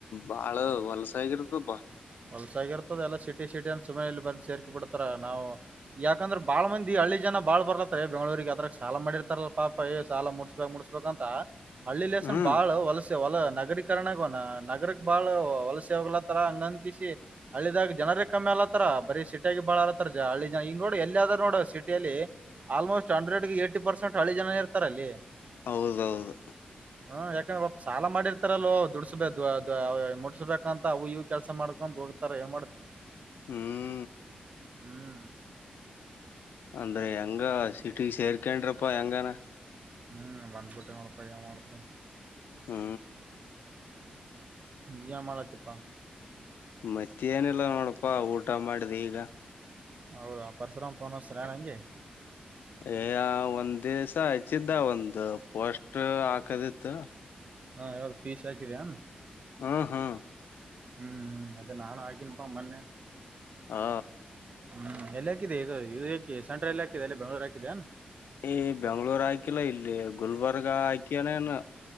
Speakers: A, on the left; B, on the right.
A: ಬಾಳ ವಲಸ ಆಗಿರ್ತ್ತಪ್ಪಾ.
B: ಹೊಲ್ಸಾಗಿರ್ತದೆಲ್ಲ ಎಲ್ಲಾ ಸಿಟಿ ಸಿಟಿ ಅಂದ ಸುಮ್ಮ ಇಲ್ಲಿ ಬಂದ ಸೇರ್ಕ ಬಿಡ್ತಾರ ನಾವ ಯಾಕಂದ್ರ ಬಾಳ್ ಮಂದಿ ಹಳ್ಳಿ ಜನ ಬಾಳ್ ಬರ್ಲತ್ತಾರ ಬೆಂಗಳೂರಿಗ ಅದ್ರಗ ಸಾಲ ಮಾಡಿರ್ತಾರಲ್ಲ ಪಾಪ ಹೇ ಸಾಲ ಮುಡ್ಸ ಮುಡಸ್ಬೇಕಂತ ಹಳ್ಳಿ ಲೆಸನ್
A: ಹ್ಮ್
B: ಬಾಳ್ ವಲಸ ಹೊಲ ನಗರೀಕರನ ನಗರಕ್ ಬಾಳ್ ವಲಸ ಕಿಸಿ ಹಳ್ಳಿದಾಗ ಜನರ ಕಮ್ಮಿ ಅಲತ್ತಾರ ಬರೀ ಸಿಟಿಯಗಿ ಬಾಳ ಅಲತ್ತರ ಜ ಹಳ್ಳಿ ಜನ ಈಗ ನೋಡು ಎಲ್ಲಿ ಆದ್ರ ನೋಡ ಸಿಟಿಯಲ್ಲಿ ಆಲ್ಮೋಸ್ಟ್ ಹಂಡ್ರೆಗ ಏಟಿ ಪರ್ಸೆಂಟ್ ಹಳಿ ಜನ ಇರ್ತಾರ ಅಲ್ಲಿ.
A: ಹೌದೌದ.
B: <inaudible> ಹ್ಮ ಯಾಕಂದ್ರ ಒ ಸಾಲ ಮಾಡಿರ್ತಾರಲೋ ದುಡಸಬೇಕ ಮುಡಸ್ಬೇಕಂತ ಅವು ಇವ ಕೆಲಸ ಮಾಡ ತೊಂದ ಹೋಗತಾರ ಏನ ಮಾಡ್ತ.
A: ಹ್ಮ
B: ಹ್ಮ
A: ಅಂದ್ರೆ ಹೆಂಗ ಸಿಟಿ ಸೇರ್ಕಡ್ರಪ್ಪಾ ಹೆಂಗಾನ
B: ಹ್ಮ ಬಂದ್ಬಿಟ್ಟೆ ನೋಡ್ಪ ಏನ ಮಾಡ್ತಿ.
A: ಹ್ಮ
B: ಏನ ಮಾಡತಿಪ್ಪಾ
A: ಮತ್ತ ಏನಿಲ್ಲ ನೋಡಪ್ಪಾ ಊಟ ಮಾಡಿದ ಈಗ
B: ಹೌದ ಪರಿಶುರಾಮ ಪೋನ್ತ ಹಚ್ತಿರಾ ಹಂಗೆ
A: ಏ ಆ ಒಂದ ದಿವ್ಸ ಹಚ್ಚಿದ್ದ ಒಂದ್ ಪೋಸ್ಟ್ ಹಾಕದಿತ್ತು.
B: ಹಾ ಯಾವದ ಫೀಸ್ ಹಾಕಿದ್ಯನ.
A: ಹಾ ಹಾ
B: ಹ್ಮ ಹ್ಮ ಅದೇ ನಾನು ಹಾಕನಪ್ಪಾ ಮೊನ್ನೆ
A: ಹಾ
B: ಹ್ಮ ಎಲ್ಲಿ ಹಾಕಿದ ಇದು ಇದು ಹಕ ಸೆಟ್ರಲ್ ಯಾದೆ ಎಲ್ಲ ಬೆಂಗಳೂರು ಹಾಕಿದೆಯನ.
A: ಈ ಬೆಂಗ್ಳೂರ ಹಾಯ್ಕಿಲ್ಲಾ ಇಲ್ಲಿ ಗುಲ್ಬರ್ಗ ಆಯಕ್ಯನೇನು.